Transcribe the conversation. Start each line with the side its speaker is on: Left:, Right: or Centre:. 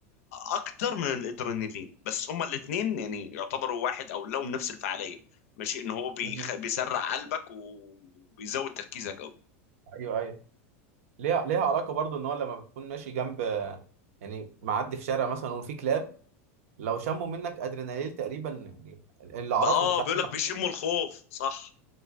Left: اكتر من الادرينالين بس هما الاثنين يعني يعتبروا واحد او لهم نفس الفعاليه ماشي ان هو بيخ...
Right: مهم.
Left: بيسرع قلبك وبيزود تركيزك قوي
Right: ايوه ايوه ليها ليها علاقه برضو ان هو لما بتكون ماشي جنب يعني معدي في شارع مثلا وفي كلاب لو شموا منك ادرينالين تقريبا يعني اللي اعرفه
Left: اه
Right: مش عارف
Left: بيقول لك بيشموا الخوف صح